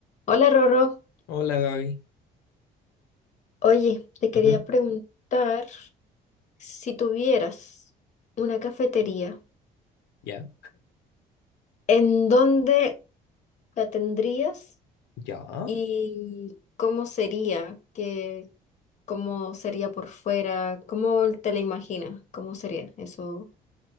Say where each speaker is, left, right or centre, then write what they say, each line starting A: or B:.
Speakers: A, on the left; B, on the left.
A: Hola Rorro,
B: Hola Gaby.
A: oye, te quería
B: Ujú,
A: preguntar si tuvieras una cafetería,
B: Ya,
A: ¿en dónde la tendrías
B: ya.
A: y cómo sería? ¿Qué, cómo sería por fuera? ¿Cómo te la imaginas? ¿Cómo sería eso?